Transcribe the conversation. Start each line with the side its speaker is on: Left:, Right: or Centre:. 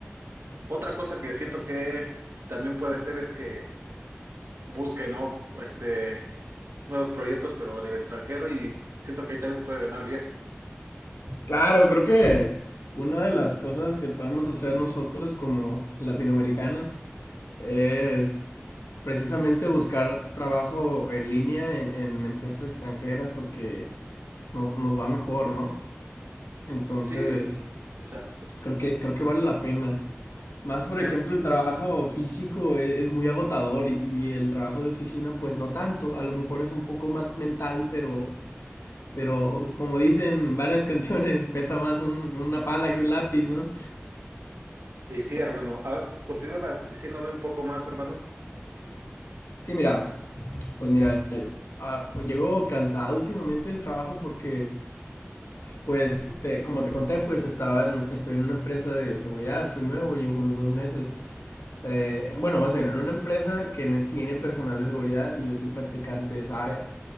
Right: otra cosa que siento que también puede ser es que busquen, ¿no? Este. nuevos proyectos, pero en el extranjero y siento que ahí también se puede ganar bien.
Left: Claro, creo que una de las cosas que podemos hacer nosotros como latinoamericanos es precisamente buscar trabajo en línea en, en empresas extranjeras porque no- nos va mejor, ¿no? Entonces,
Right: Sí, exacto.
Left: creo que, creo que vale la pena. Más, por
Right: Bueno,
Left: ejemplo, el trabajo físico e- es, muy agotador y, y el trabajo de oficina, pues no tanto. A lo mejor es un poco más mental, pero pero como dicen varias <laughs> canciones, pesa más un- una pala que un lápiz, ¿no?
Right: Y sí, hermano. A ver, continúa diciéndome un poco más, hermano.
Left: Sí, mira, pues mira, ah, llego cansado últimamente del trabajo porque, pues, te- como te conté, pues estaba en un- estoy en una empresa de seguridad, soy nuevo, llevo unos dos meses. Eh, bueno, más bien, en una empresa que tiene personal de seguridad y yo soy practicante de esa área.